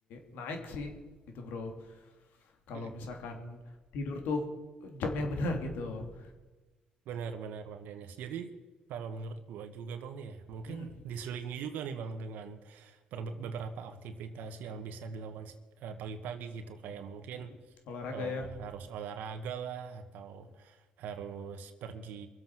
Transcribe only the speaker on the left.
naik sih gitu bro kalau
misalkan tidur tuh jamnya <laughs> benar gitu
Mm-mm.
Mm-mm. olahraga
ya